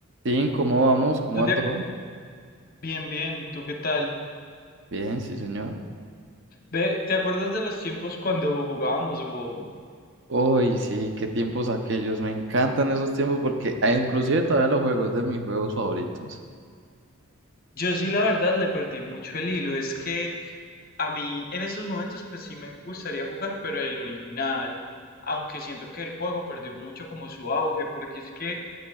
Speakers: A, on the right; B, on the left.
A: Sí, ¿cómo vamos? ¿Cómo
B: ¿Tú
A: va
B: te...
A: todo?
B: ac- Bien, bien, ¿tú qué tal?
A: Bien, sí, señor.
B: Ve, ¿te acuerdas de los tiempos cuando jugábamos WoW?
A: Uy, sí, qué tiempos aquellos. Me encantan esos tiempos porque ah, inclusive todavía los juegos de mis juegos favoritos.
B: Yo sí, la verdad, le perdí mucho el hilo. Es que a mí en esos momentos, pues sí me gustaría jugar, pero el original, aunque siento que el juego perdió mucho como su auge, porque es que